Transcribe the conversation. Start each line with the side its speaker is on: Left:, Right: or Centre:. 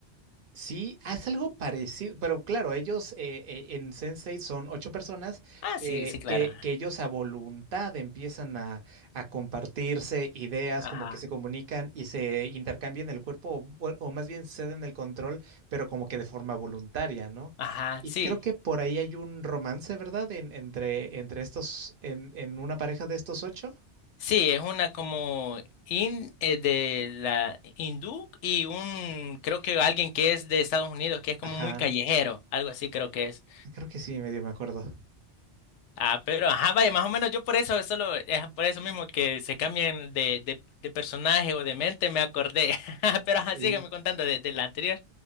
Right: Sí, haz algo parecido, pero claro, ellos eh, eh, en Sensei son ocho personas
Left: Ah,
Right: que,
Left: sí, sí, claro.
Right: que, que ellos a voluntad empiezan a, a compartirse ideas,
Left: Ajá,
Right: como que se comunican y se intercambian el cuerpo, o, bueno, o más bien ceden el control, pero como que de forma voluntaria, ¿no?
Left: ajá,
Right: Y
Left: sí.
Right: creo que por ahí hay un romance, ¿verdad? En- entre, entre estos, en, en una pareja de estos ocho.
Left: Sí, es una como in, eh, de la hindú y un, creo que alguien que es de Estados Unidos, que es como
Right: Ajá,
Left: muy callejero, algo así creo que es.
Right: creo que sí, medio me acuerdo.
Left: Ah, pero ajá, vaya, más o menos yo por eso, es solo, es por eso mismo que se cambian de, de, de personaje o de mente, me acordé. <laughs> Pero ajá,
Right: Sí.
Left: sígueme contando de, de la anterior,